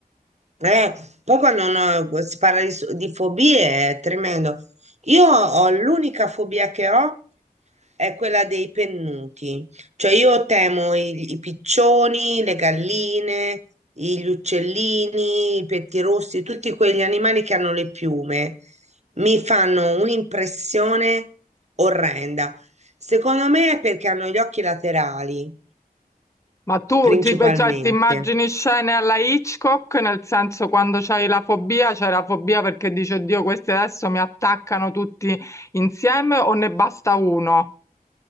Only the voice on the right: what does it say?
Eh, poi quando uno si parla di, s- di fobie è tremendo. Io ho l'unica fobia che ho è quella dei pennuti. Cioè io temo i, i piccioni, le galline, i- gli uccellini, i pettirossi, tutti quegli animali che hanno le piume. Mi fanno un'impressione orrenda. Secondo me è perché hanno gli occhi laterali,
principalmente.